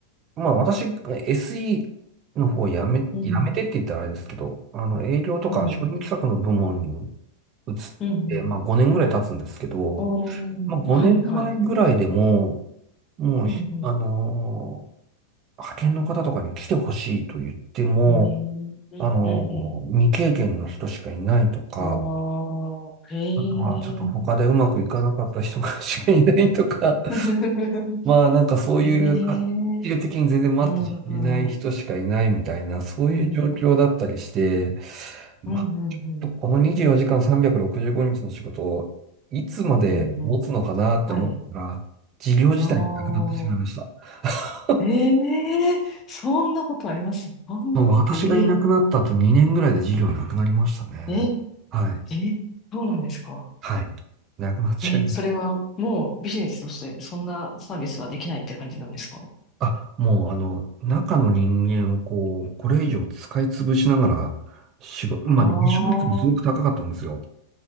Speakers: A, on the right (about 30°); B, on the left (about 25°).
A: まあ、私、SE の方やめ、
B: うん。
A: やめてって言ったらあれですけど、あの、営業とか商品企画の部門に
B: はい。
A: 移っ
B: うんうん。
A: て、まあ、5年ぐらい経つんですけど、
B: おー、
A: まあ、5年前ぐらいでも、
B: はいはい。
A: もうひ、
B: うんうん。
A: あのー派遣の方とかに来てほしいと言っても、
B: うんうんうんうん。
A: あの、未経験の人しかいないとか、
B: ああ、へ
A: あとはちょっと他でうまくいかなかった人が
B: え。
A: <laughs> しかいないとか、
B: あ <laughs>
A: まあなんかそういうか、
B: へえ。
A: じ的に全然待っていない人しかいないみたいな、
B: うんうん。
A: そういう状況だったりして、
B: うん。
A: まあ、
B: うんうんうん。
A: この24時間365日の仕事をいつまで持つのかなって思ったら、
B: うんうん。はい。
A: 事業自体がなくなってしまいました。
B: ああ。
A: <laughs>
B: ええ、そんなことありますそんな、
A: もう私がいなくなった後2年ぐらいで事業なくなりましたね。
B: ええ、え、
A: はい。
B: え、そうなんですか
A: はい。なくなっちゃいました。
B: え、それはもうビジネスとしてそんなサービスはできないって感じなんですか
A: あ、もうあの、中の人間をこう、これ以上使い潰しながら、仕事、
B: ああ、
A: まあ、離職率もすごく高かったんですよ。
B: は